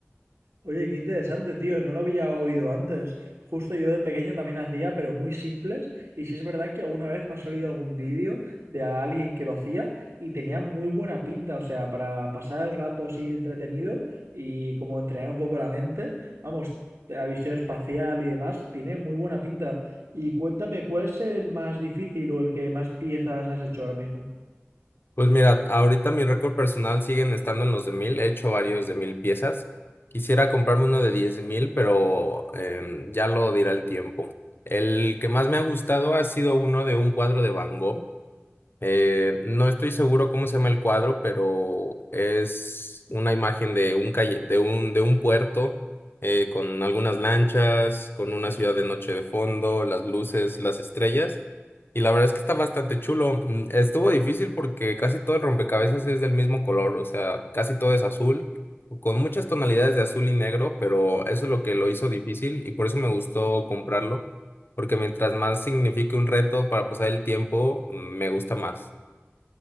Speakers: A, on the right; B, on the left.
A: Oye, qué interesante, tío, no lo había oído antes. Justo yo de pequeño también hacía, pero muy simples. Y sí es verdad que alguna vez me ha salido algún vídeo de alguien que lo hacía y tenía muy buena pinta. O sea, para pasar el rato así entretenido y como entrenar un poco la mente, vamos, de la visión espacial y demás, tiene muy buena pinta. Y cuéntame, ¿cuál es el más difícil o el que más piezas has hecho ahora mismo?
B: Pues mira, ahorita mi récord personal siguen estando en los de mil, he hecho varios de mil piezas. Quisiera comprarme uno de diez mil, pero em, ya lo dirá el tiempo. El que más me ha gustado ha sido uno de un cuadro de Van Gogh Eh, no estoy seguro cómo se llama el cuadro, pero es una imagen de un calle, de un, de un puerto eh, con algunas lanchas, con una ciudad de noche de fondo, las luces, las estrellas. Y la verdad es que está bastante chulo. Mm, Estuvo difícil porque casi todo el rompecabezas es del mismo color, o sea, casi todo es azul, con muchas tonalidades de azul y negro, pero eso es lo que lo hizo difícil y por eso me gustó comprarlo porque mientras más signifique un reto para pasar el tiempo, mm, me gusta más.